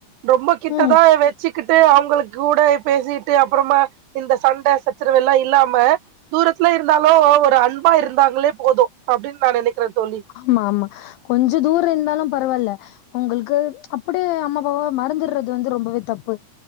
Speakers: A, on the right; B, on the left.
A: ரொம்ப கிட்டதா
B: ம்
A: வச்சுக்கிட்டு அவுங்களுக் கூட பேசிட்டு அப்புறமா இந்த சண்ட சச்சரவெல்லா இல்லாம தூரத்துல இருந்தாலும் ஒரு அன்பா இருந்தாங்களே போதும் அப்டின் நா நெனைக்கிற தோழி
B: ஆமா ஆமா கொஞ்ச தூர இருந்தாலும் பரவாயில்ல உங்களுக்கு அப்டியே அம்மா அப்பாவ மறந்துர்றது வந்து ரொம்பவே தப்பு